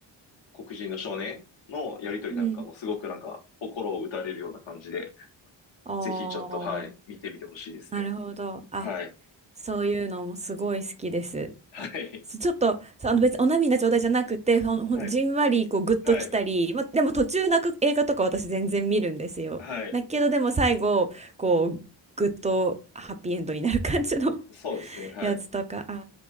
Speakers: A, on the left; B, on the right.
A: 黒人の少年のやりとりなんかもすごくなんか心を打たれるような感じで、
B: うん。ああ、
A: ぜひちょっとはい、見てみてほしいですね。
B: なるほど。あ、
A: はい。
B: そういうのもすごい好きです。
A: はい。
B: ちょっと、そうあの別にお涙ちょうだいじゃなくて、ほん、ほんじんわりこうグッときたり、
A: はい。はい。
B: ま、でも途中泣く映画とか私全然見るんですよ。
A: はい。
B: だけどでも最後、こう、グッとハッピーエンドになる感じの
A: そうですね。はい。
B: やつとか、あー、